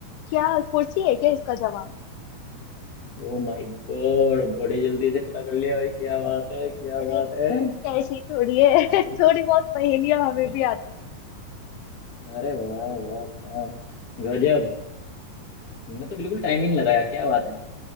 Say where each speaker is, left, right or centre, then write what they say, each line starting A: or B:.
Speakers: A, on the left; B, on the left.
A: क्या कुर्सी है क्या इसका जवाब
B: ओ माय गॉड बड़ी जल्दी से पता कर लिया भाई क्या बात है क्या
A: अरे
B: बात है
A: ऐसी थोड़ी है
B: बहुत
A: <laughs> थोड़ी बहुत पहेलियां हमें
B: है।
A: भी आती है
B: अरे वाह वाह वाह गजब ने तो बिल्कुल टाइम ही नहीं लगाया क्या बात है